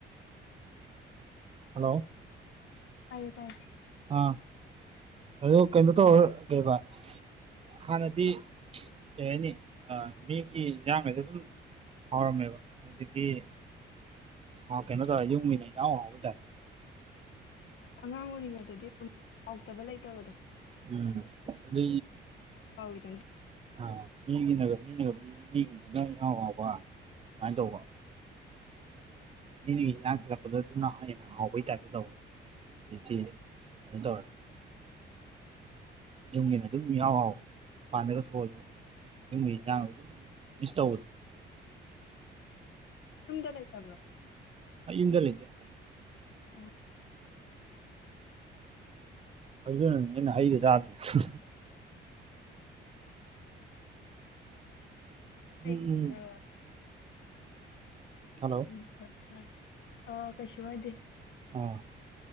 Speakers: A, on the right; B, on the left.
A: ꯍꯜꯂꯣ
B: ꯇꯥꯏꯌꯦ ꯇꯥꯏꯌꯦ
A: ꯑ ꯑꯗꯨ ꯀꯩꯅꯣ ꯇꯧꯔ ꯀ ꯍꯥꯟꯅꯗꯤ ꯀꯩ ꯍꯥꯏꯅꯤ ꯑ ꯃꯤꯒꯤ ꯏꯟꯖꯥꯡꯒꯁꯨꯦ ꯑꯗꯨꯝ ꯍꯥꯎꯔꯝꯃꯦꯕ ꯍꯧꯖꯤꯛꯀꯤ ꯍ ꯀꯩꯅꯣ ꯇꯧ ꯌꯦ ꯃꯤꯃꯤ ꯅ ꯑꯥꯎ ꯊ
B: ꯑꯉꯥꯡ ꯑꯣꯏꯔꯤꯉꯩꯗꯗꯤ ꯑꯗꯨꯝ ꯍꯥꯎꯇꯕ ꯂꯩꯇꯕꯗꯣ
A: ꯎꯝ ꯑꯗ
B: ꯍꯥꯎꯗ ꯑꯗꯨ
A: ꯑ ꯃꯤꯒꯤꯅ ꯃꯤꯅꯒ ꯃꯤꯒꯤꯗꯨꯅ ꯏꯅꯥꯎ ꯑꯥꯎꯕ ꯑꯗꯨꯃꯥꯏꯅ ꯇꯧꯕ ꯅꯒꯤ ꯅꯒꯤꯥꯡꯊꯔꯛꯄꯗꯣ ꯑꯗꯨꯅ ꯍꯦꯟꯅ ꯍꯍꯥꯎꯕꯩ ꯇꯥꯏꯞꯇ ꯇꯧꯕ ꯑ ꯊ ꯗꯔ ꯑꯗꯨꯝꯒꯤꯅ ꯑꯗꯨꯝ ꯌꯥꯎ ꯍꯥꯎ ꯃꯄꯥꯟꯗꯒ ꯊꯣꯛꯑꯁꯨ ꯝ ꯃꯤꯗ ꯑꯗꯨꯝ ꯁꯇꯧ ꯑꯣꯏ
B: ꯌꯨꯝꯗ ꯂꯩꯇꯕ꯭ꯔꯣ
A: ꯍꯣꯏ ꯏꯟꯗ ꯂꯩꯗꯦ
B: ꯑꯣ
A: ꯑꯗꯨꯅꯅꯦ ꯑꯩꯅ ꯍꯩꯒ ꯆꯥꯕꯁꯦ ꯎꯝ
B: ꯑꯩ ꯑ
A: ꯍꯜꯂꯣ
B: ꯎꯝ ꯐ ꯇꯔꯦ ꯑ ꯀꯩꯁꯨ ꯍꯥꯏꯗꯦ
A: ꯑ